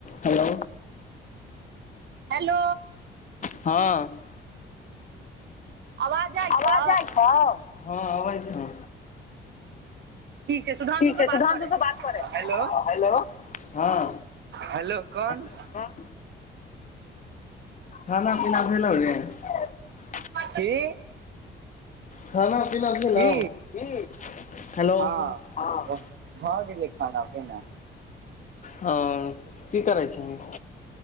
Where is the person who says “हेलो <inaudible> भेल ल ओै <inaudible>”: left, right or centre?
Left